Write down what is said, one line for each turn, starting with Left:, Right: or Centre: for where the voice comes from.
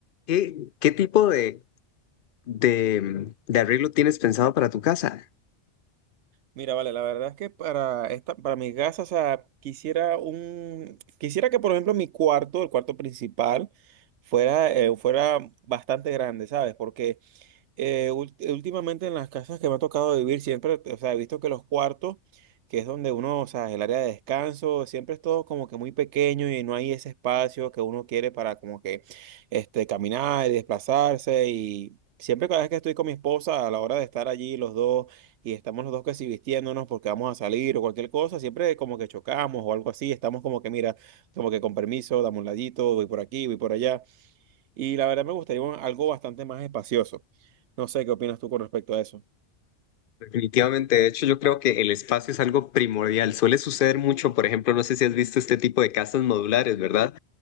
Left: ¿Qué, qué tipo de, de, de arreglo tienes pensado para tu casa?
Right: Mira, vale, la verdad es que para esta, para mis gastos, o sea, quisiera un, quisiera que, por ejemplo, mi cuarto, el cuarto principal, fuera, eh, fuera bastante grande, ¿sabes? Porque eh, ul- eh, últimamente en las casas que me ha tocado vivir, siempre, o sea, he visto que los cuartos, que es donde uno, o sea, el área de descanso, siempre es todo como que muy pequeño y no hay ese espacio que uno quiere para como que este, caminar y desplazarse. Y siempre cada vez que estoy con mi esposa, a la hora de estar allí los dos y estamos los dos que si vistiéndonos porque vamos a salir o cualquier cosa, siempre como que chocamos o algo así, estamos como que, mira, como que con permiso, dame un ladito, voy por aquí, voy por allá. Y la verdad me gustaría un- algo bastante más espacioso. No sé qué opinas tú con respecto a eso.
Left: Definitivamente, de hecho, yo creo que el espacio es algo primordial. Suele suceder mucho, por ejemplo, no sé si has visto este tipo de casas modulares, ¿verdad?